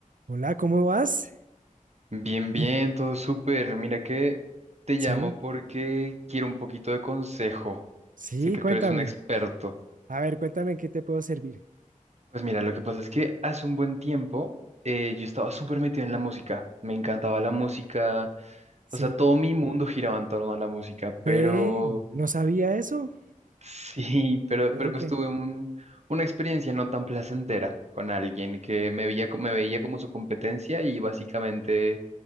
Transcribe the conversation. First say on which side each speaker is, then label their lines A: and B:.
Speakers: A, on the right; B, on the right.
A: Hola, ¿cómo vas?
B: Bien, bien,
A: <clears throat>
B: todo súper. Mira que te llamo
A: Sí,
B: porque quiero un poquito de consejo.
A: sí,
B: Sé que
A: cuéntame.
B: tú eres un experto.
A: A ver, cuéntame en qué te puedo servir.
B: Pues mira, lo que pasa es que hace un buen tiempo eh, yo estaba súper metido en la música. Me encantaba la música.
A: Sí,
B: O sea, todo mi mundo giraba en torno a la música.
A: ve,
B: Pero
A: no sabía eso.
B: <laughs> sí, pero,
A: Ve
B: pero pues
A: que-
B: tuve un- una experiencia no tan placentera con alguien que me veía, co- me veía como su competencia y básicamente